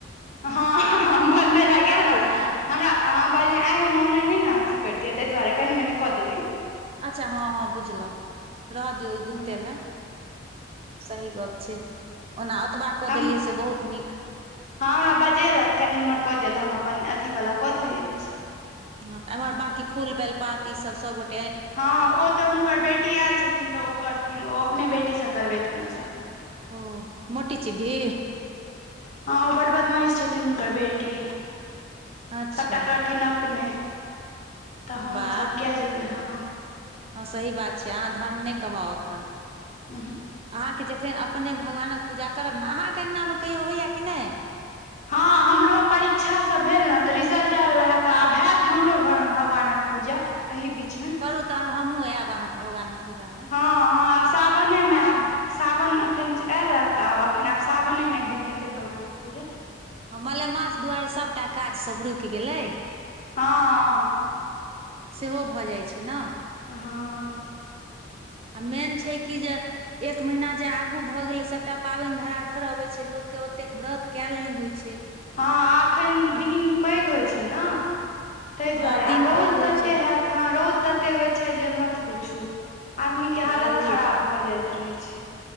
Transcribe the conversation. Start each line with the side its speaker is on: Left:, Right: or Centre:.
Left: हँ हँ बनबै
Right: बनबऽ
Left: ला गेलो
Right: अबैया
Left: हमरा हँ बड़िया आइ हम ओनाइ नय ने अथी करितियै तइ दुआरे कनि मनि कऽ देलियेन
Right: अच्छा हँ हँ बुझलो रहऽ दियौ ओ
Left: हूँ
Right: गुप्तेमे सही गप छै ओना ओतबा कऽ
Left: हम
Right: देलियै से बहुत नीक
Left: हँ हमरा बजैलेथ कनि इम्हर कऽ दियअ तऽ हम अपन अथी वला कऽ देलियैन वो सभ
Right: ह तऽ एम्हर बंकी फूल बेलपात ई सब सबगोटाे
Left: हँ ओ तऽ हुनकर बेटी आयल छथिन तऽ ओ करथिन ओ अपने बेटीसँ करबेथिन ओसभ
Right: ओ मोटी चिढी
Left: हँ ओ बड बदमेश छथिन हुनकर बेटी
Right: अच्छा
Left: सभटा करथिन अप पने तऽ हम
Right: वाह
Left: सब किया जेबै ह
Right: हँ सही बात छै अहाँ धर्म नय कमाउ एखन
Left: उहूँ
Right: अहाँके जखन अपने भगवानक पूजा करब ने अहाँके अङ्गनामे कहियो होइए कि नय
Left: हँ हमरो परीक्षा सब भेल ने तऽ रिजल्ट आयल रहा त आब हैत हमरो घरमे भगवानक पूजा एही बीच में
Right: करू तहन हमहूँ ऐब अहाँके भगवानक पूजा मे
Left: हँ हँ आब सावनेमे आएब सावन एखन आयल तऽ आब एखन आब सावने मे एक दिन हेतै भगवानक पूजा
Right: ह मलेमास दुआरे सभटा काज सब रुइक गेलै
Left: हँ
Right: सेहो भऽ जाइ छै न
Left: हँ
Right: आ मेन छै कि जे एक महीना जे आगू भऽ गेलै सभटा पाबनि धरा धर अबै छै लोककेँ ओतेक व्रत केल नय होइ छै
Left: हँ एखन
Right: आ
Left: दिन पैघ होइ छै ने तेइ
Right: हँ
Left: दुआरे आ
Right: दिन
Left: रौद
Right: पैघ होइ
Left: तते
Right: छै
Left: होयत ह रौद तते होय छै जे मत पूछु आदमी के हालत
Right: बहुत
Left: खराब भऽ जायत त रहै छै